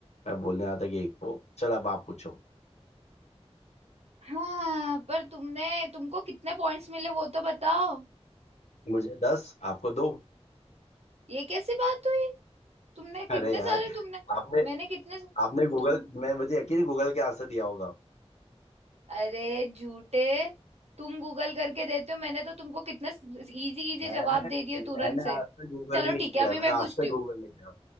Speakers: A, on the left (about 80°); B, on the right (about 70°).
A: मैं बोलने आता कि एक वो चलो अब आप पूछो
B: हाँ पर तुमने तुमको कितने पॉइंट्स मिले वो तो बताओ
A: मुझे दस आपको दो
B: ये कैसी बात हुई तुमने
A: अरे
B: कितने
A: यार
B: सारे तुमने
A: आपने
B: मैंने कितने
A: आपने गूगल
B: तुम
A: मैं मुझे यकीन है गूगल के आंसर दिया होगा
B: अरे झूठे तुम गूगल करके देते हो मैंने तो तुमको कितने इजी इजी
A: मैंने
B: जवाब दे दिए
A: मैंने
B: तुरंत से
A: आज तक गूगल
B: चलो
A: नहीं किया
B: ठीक है अभी
A: मैंने
B: मैं
A: आज
B: पूछती
A: तक
B: हूँ
A: गूगल नहीं किया